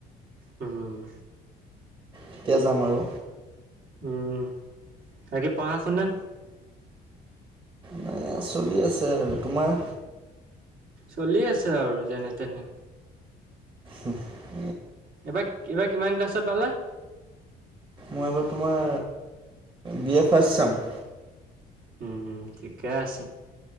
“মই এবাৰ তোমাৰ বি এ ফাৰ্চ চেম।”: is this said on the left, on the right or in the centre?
Right